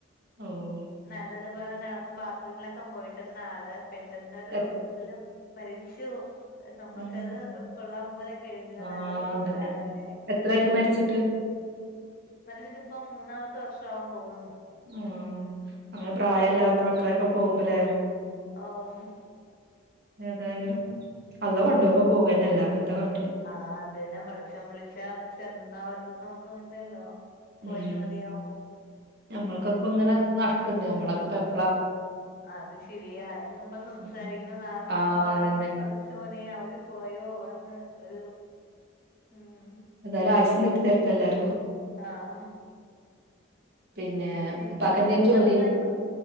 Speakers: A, on the right (about 50°); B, on the left (about 45°).
A: ഉം
B: നല്ലതുപോലെ നടന്ന ബാത്റൂമിലൊക്കെ പോയിട്ട്ന്ന ആള് പെട്ടെന്നൊരു
A: എത്
B: ഇതിലും മരിച്ചു നമ്മക്കത്
A: ഉം
B: ഉൾകൊള്ളാം പോലും കഴിയുന്നില്ല
A: ആഹ്
B: നല്ലോല ഇരുന്ന
A: അതന്നെ
B: ഒരാളല്ലേ
A: എത്രായി ഇപ്പ മരിച്ചിട്ട്
B: മരിച്ചിട്ട്പ്പം മൂന്നാമത്തെ വർഷാവാം പോവുന്ന്
A: ഉം അങ്ങനെ പ്രായല്ലാത്ത
B: ഉള്ളൂ
A: ആൾക്കാരൊക്കെ പോവുമ്പലേ
B: ഓഹ്
A: ഏതായാലും അള്ള കൊണ്ടോഉമ്പോ
B: ഉം
A: പോകന്നെ അല്ലാഎപ്പെന്താ കാട്ട്ണ്
B: ആഹ് അതന്നെ പടച്ചോൻ വിളിച്ചാ ചെറുതന്നാ വലുതന്നോ ഒന്നും ഇല്ലല്ലോ പോയേ
A: ഉം
B: മതിയാവൂ
A: ഞമ്മളക്കൊക്കെ ഇപ്പ ഇങ്ങനെ നടക്ക്‌ണ്ട് ഞമ്മളൊക്കെ എപ്പ
B: അത് ശെരിയാ എന്ത്പം സംസാരിക്കണ
A: ഉം
B: നാളെ
A: ആഹ്
B: നമ്മളായിരിക്കും
A: അതന്നെ
B: പടച്ചോനെഅവര് പോയോ എന്ന് ഒരു ഉം
A: ഏതാലും ആയ്സ്സ് നീട്ടിത്തരട്ടെ എല്ലാര്ക്കും
B: ആഹ്
A: പിന്നെ
B: പിന്നെ
A: ഇപ്പാക്ക്ന്തേനി
B: നിങ്ങളെ
A: ജോലി
B: ഉമ്മായും